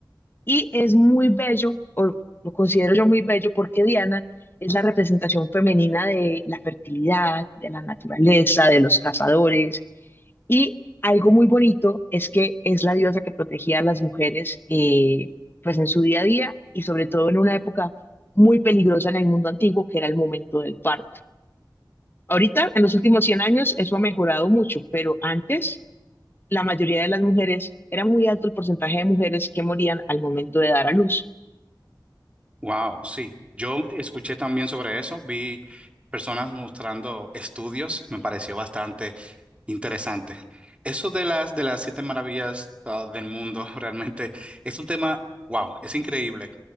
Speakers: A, on the left; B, on the right.
A: y es muy bello, o lo considero yo muy bello, porque Diana es la representación femenina de la fertilidad, de la naturaleza, de los cazadores y algo muy bonito es que es la diosa que protegía a las mujeres eh, pues en su día a día y sobre todo en una época muy peligrosa en el mundo antiguo, que era el momento del parto. Ahorita, en los últimos 100 años, eso ha mejorado mucho, pero antes la mayoría de las mujeres, era muy alto el porcentaje de mujeres que morían al momento de dar a luz.
B: Wow, sí. Yo escuché también sobre eso, vi personas mostrando estudios, me pareció bastante Interesante. Eso de las de las siete maravillas ah, del mundo <laughs> realmente es un tema, wow, es increíble.